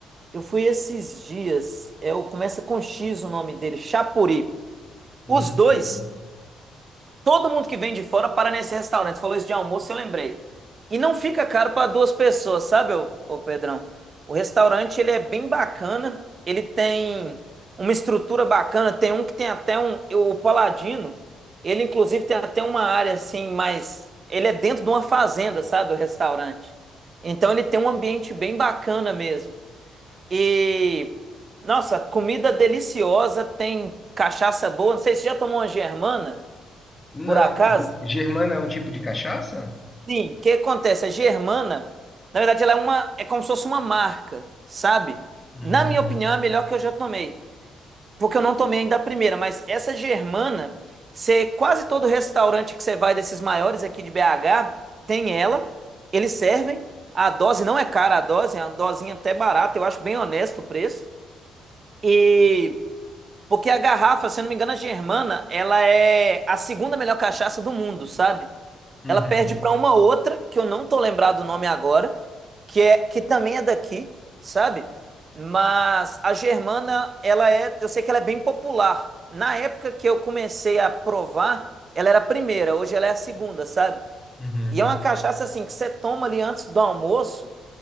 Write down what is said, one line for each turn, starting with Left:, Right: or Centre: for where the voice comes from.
Right: Eu fui esses dias, é, o- começa com X o nome dele, Chapuri.
Left: Hum,
Right: Os dois,
Left: bom.
Right: todo mundo que vem de fora para nesse restaurante. Você falou isso de almoço, eu lembrei. E não fica caro para duas pessoas, sabe, ô, ô Pedrão? O restaurante, ele é bem bacana, ele tem uma estrutura bacana, tem um que tem até um, o Paladino, ele inclusive tem até uma área assim, mais, ele é dentro de uma fazenda, sabe, o restaurante. Então ele tem um ambiente bem bacana mesmo. E nossa, comida deliciosa, tem cachaça boa. Não sei se você já tomou uma germana,
Left: Não,
Right: por acaso?
Left: germana é um tipo de cachaça?
Right: Sim, o que acontece? A germana, na verdade, ela é uma, é como se fosse uma marca, sabe?
Left: Hum.
Right: Na minha opinião, é a melhor que eu já tomei, porque eu não tomei ainda a primeira, mas essa germana, você, quase todo restaurante que você vai desses maiores aqui de BH, tem ela, eles servem. A dose não é cara, a dose é uma dosinha até barata, eu acho bem honesto o preço. E Porque a garrafa, se eu não me engano, a Germana, ela é a segunda melhor cachaça do mundo, sabe?
Left: Uhum.
Right: Ela perde para uma outra, que eu não tô lembrado o nome agora, que é que também é daqui, sabe? Mas a Germana, ela é, eu sei que ela é bem popular. Na época que eu comecei a provar, ela era a primeira, hoje ela é a segunda, sabe?
Left: Uhum.
Right: E é uma cachaça assim que você toma ali antes do almoço.